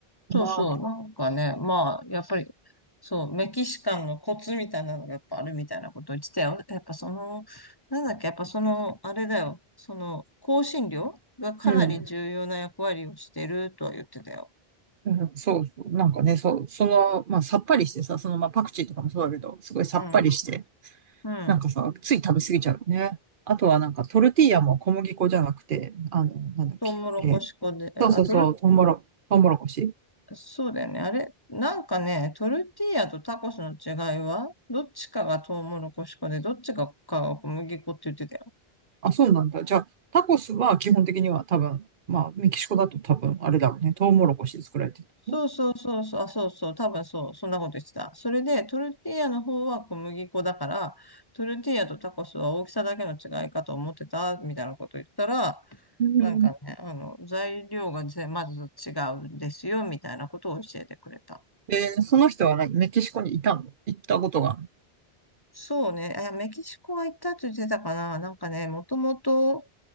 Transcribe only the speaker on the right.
まあ、
うん。うんそうそう、なんかね、そう、その、まあ、さっぱりしてさ、その、まあ、パクチーとかもそうだけど、すごいさっぱりして、
なんかさ、つい食べ過ぎちゃうよね。あとはなんかトルティーヤも小麦粉じゃなくて、あの、なんだっけ。
えーそうそうそう、
トウモロ、トウモロコシ。
あ、そうなんだ。じゃあ、タコスは基本的には多分、まあ、メキシコだと多分、あれだろうね。トウモロコシで作られてるね。
うん。
えーその人は何メキシコにいたの行ったことがあるの